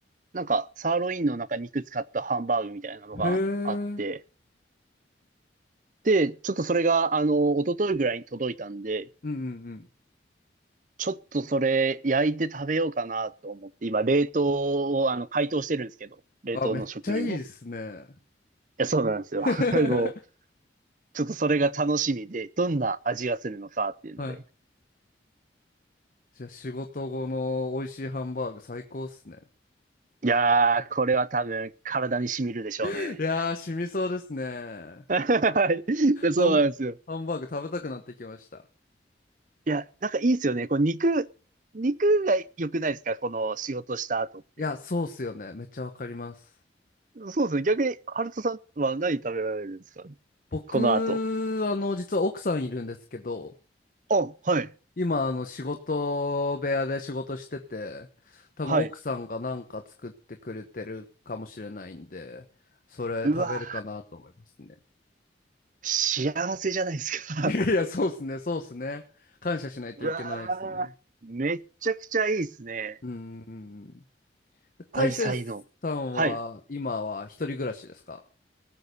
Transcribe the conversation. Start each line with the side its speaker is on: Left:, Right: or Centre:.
Right: なんか、サーロインの中に肉使ったハンバーグみたいなのがあって、
Left: へえ。うん
Right: で、ちょっとそれが、あの、一昨日ぐらいに届いたんで、
Left: うんうん。
Right: ちょっとそれ焼いて食べようかなと思って、今、冷凍を、あの、解凍してるんですけど、冷凍の食品も。
Left: あ、めっちゃいいですね。
Right: いや、そうなんですよ。
Left: <laughs>
Right: <laughs> でもう、ちょっとそれが楽しみで、どんな味がするのかっていうので。
Left: はい。じゃあ仕事後の美味しいハンバーグ最高っすね。
Right: いやー、これは多分、体に染みるでしょうね。
Left: <laughs> いやー、染みそうですね。
Right: <laughs> はい。そうなんですよ。
Left: ハン、ハンバーグ食べたくなってきました。
Right: いや、なんかいいですよね。こう肉、肉が良くないですかこの仕事した後って。
Left: いや、そうっすよね。めっちゃわかります。
Right: そうですね。逆に、ハルトさんは何食べられるんですか
Left: 僕、
Right: この後。
Left: あの、実は奥さんいるんですけど、
Right: あ、はい。
Left: 今、あの、仕事部屋で仕事してて、多分奥さんがなんか作ってくれてるかもしれないんで、
Right: はい。
Left: それ食べるかなと思いますね。
Right: うわー、幸せじゃないですか。
Left: <laughs> いやいや、そうですね、そうですね。感謝しないといけないですね。
Right: <laughs> うわー、めっちゃくちゃいいですね。
Left: うん。大成さんは、
Right: 愛妻の。はい。
Left: 今は一人暮らしですか